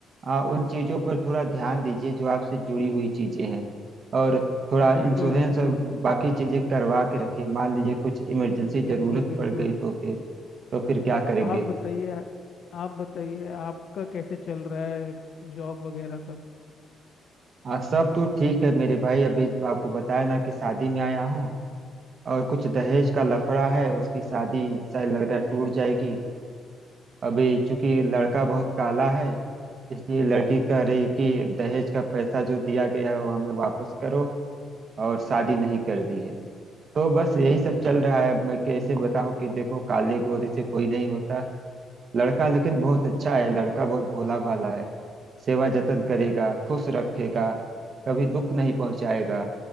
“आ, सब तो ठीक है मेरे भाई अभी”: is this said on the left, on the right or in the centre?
Right